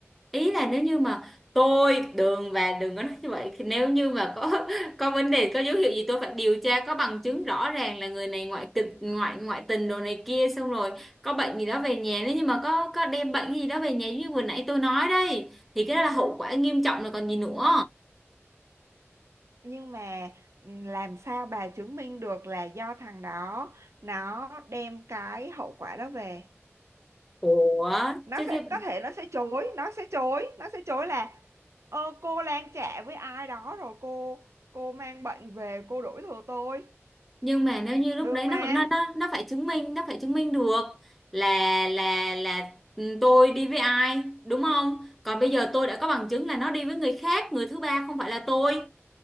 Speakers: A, in the centre; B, on the right.
A: ý là nếu như mà tôi đường và đừng có nói như vậy Thì nếu như mà có <laughs> có vấn đề có dấu hiệu gì tôi phải điều tra có bằng chứng rõ ràng là người này ngoại kịch ngoại ngoại tình đồ này kia xong rồi có bệnh gì đó về nhà nếu như mà có có đem bệnh gì đó về nhà như vừa nãy tôi nói đây thì cái đó là hậu quả nghiêm trọng rồi còn gì nữa
B: nhưng mà ừm, làm sao bà chứng minh được là do thằng đó nó đem cái hậu quả đó về
A: ủa
B: nó
A: chứ
B: sẽ
A: cái
B: có thể nó sẽ chối nó sẽ chối nó sẽ chối là ờ, cô lang chạ với ai đó rồi cô cô mang bệnh về cô đuổi thừa tôi
A: nhưng mà nếu như lúc
B: được
A: đấy
B: mà
A: nó nó nó nó phải chứng minh nó phải chứng minh được là là là ừ, tôi đi với ai đúng không còn bây giờ tôi đã có bằng chứng là nó đi với người khác người thứ ba không phải là tôi